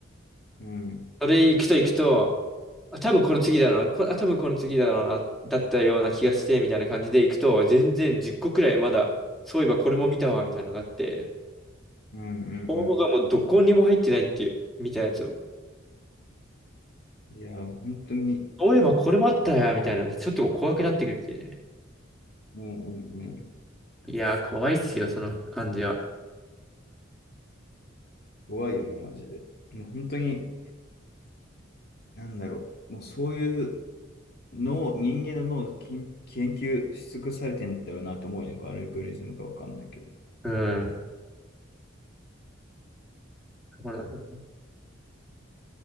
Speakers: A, on the left (about 50°); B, in the centre.
A: うん、
B: それ行くと行くと、あ、多分この次だろうな、こ、あ、多分この次だろうな、だったような気がして、みたいな感じで行くと、全然10個くらいまだ、そういえばこれも見たわ、みたいなのがあって、
A: うんう
B: 応募がもうどこにも入ってないっていう、
A: ん
B: みたいなやつを。
A: うん。いやー、本当に、
B: そういえばこれもあったや、みたいなね、ちょっと怖くなってくるっていうね。
A: うんうんうん。
B: いやー、怖いっすよ、その感じは。
A: 怖いよな、マジで。もう本当に、なんだろう。もうそういう、脳、人間の脳を研研究し尽くされてんだろうなって思うよね。アルゴリズムかわかんないけど。
B: うん。そうなんだよ